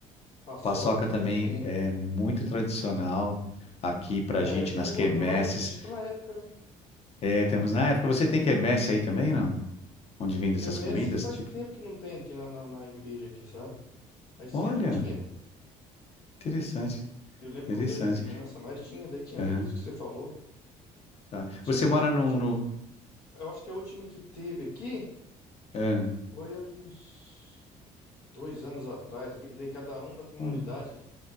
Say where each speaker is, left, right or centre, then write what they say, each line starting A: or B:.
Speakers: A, on the left; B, on the left.
A: paçoca
B: paçoca
A: também
B: também
A: tem.
B: é muito tradicional aqui pra
A: É
B: gente
A: a época
B: nas
A: agora,
B: quermesses.
A: tá na, é- a gente tá na época, né?
B: É, temos na época. Você tem quermesse aí também, não? Onde vende
A: Quermesse
B: essas comidas?
A: faz
B: Tipo,
A: tempo que não tem aqui na, na, na igreja aqui, sabe? Aí sempre
B: olha.
A: tinha.
B: Interessante,
A: Eu lembro
B: interessante.
A: quando eu era criança, mas tinha, daí tinha
B: Aham,
A: tudo isso que você falou.
B: tá.
A: Tinha,
B: Você
A: eu
B: mora
A: acho que a
B: num,
A: última
B: no,
A: que, eu acho que a última que teve aqui
B: ah,
A: foi há uns dois anos atrás ali, que daí cada um da comunidade
B: olha.